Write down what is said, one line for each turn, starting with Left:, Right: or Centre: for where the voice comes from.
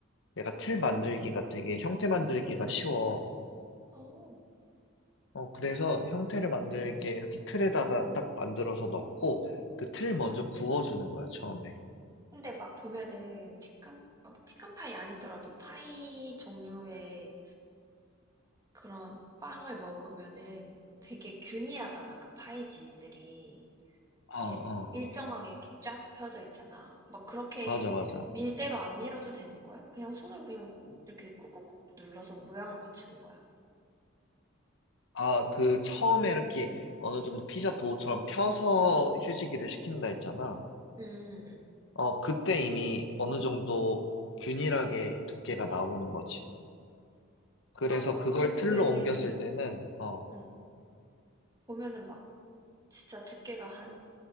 Left: 내가 틀 만들기가 되게 형태 만들기가 쉬워.
Right: 어.
Left: 어, 그래서 형태를 만들게 이렇게 틀에다가 딱 만들어서 넣고 그 틀 먼저 구워주는 거야, 처음에.
Right: 근데 막 보면은 피칸, 아, 피칸 파이 아니더라도 파이 종류의 그런 빵을 먹으면은 되게 균일하잖아, 그 파이지들이.
Left: 어,
Right: 이렇게
Left: 어.
Right: 일정하게 이렇게 쫙 펴져 있잖아. 막 그렇게
Left: 맞아, 맞아.
Right: 밀대로 안 밀어도 되는 거야? 그냥 손으로 그냥 이렇게 꾹꾹꾹꾹 눌러서 모양을 맞추는 거야?
Left: 아, 그 처음에 이렇게 어느 정도 피자 도우처럼 펴서 휴지기를 시킨다 했잖아.
Right: 음, 음.
Left: 어, 그때 이미 어느 정도 균일하게 두께가 나오는 거지. 그래서
Right: 아, 막,
Left: 그걸
Right: 근데 보면은,
Left: 틀로 옮겼을 때는, 어,
Right: 어, 보면은 막, 진짜 두께가 한